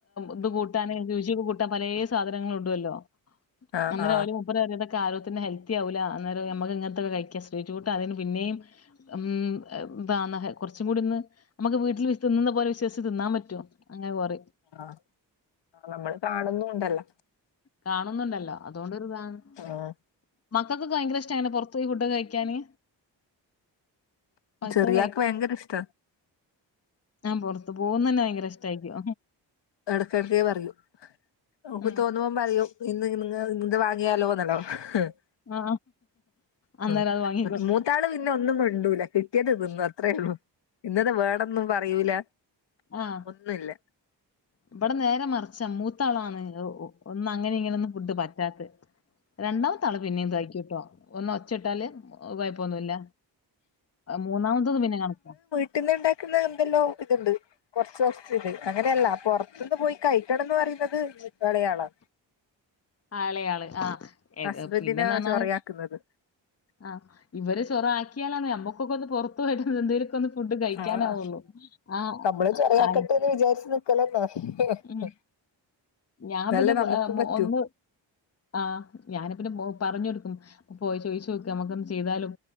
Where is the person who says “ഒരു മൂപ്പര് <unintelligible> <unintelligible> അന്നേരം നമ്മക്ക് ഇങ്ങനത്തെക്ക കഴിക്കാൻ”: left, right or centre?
Left